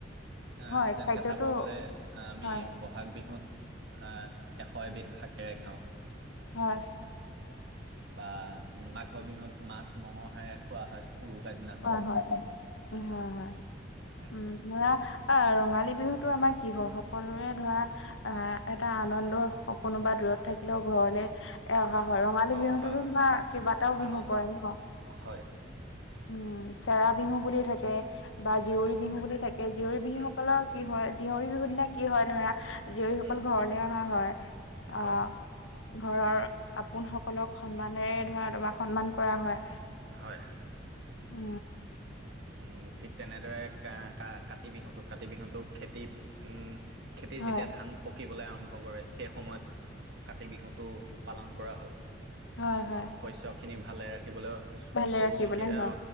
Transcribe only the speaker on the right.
আহ
যেনেকে
চাব গ'লে আমি
বহাগ বিহুত আ এশ এবিধ শাকেৰে খাওঁ।
বা মাঘৰ বিহুত মাছ মঙৰহেৰে খোৱা হয়। উৰুকা দিনা
হয়
অ
হয়
হয়
আনন্দ
হয়।
থাকে
উম
উম
হয়
হয়
উম ঠিক তেনেদৰে কা কাতি বিহুটোক কাতি বিহুটোক খেতি উম খেতি
যেতিয়া ধান পকিবলৈ আৰম্ভ কৰে। সেই সময়ত কাতি বিহুতো পালন কৰা হয়।
অ শস্য খিনি ভালে ৰাখিবলৈ
চৌদিশে
অ